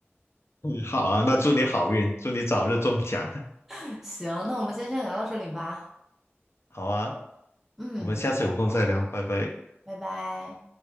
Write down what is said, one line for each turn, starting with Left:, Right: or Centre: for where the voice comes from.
Left: 嗯好啊，那祝你好运，祝你早日中奖。
Centre: <laughs> 行，那我们今天先聊到这里吧。
Left: 好啊，
Centre: 嗯，
Left: 我们下次有空再聊，拜拜。
Centre: 拜拜。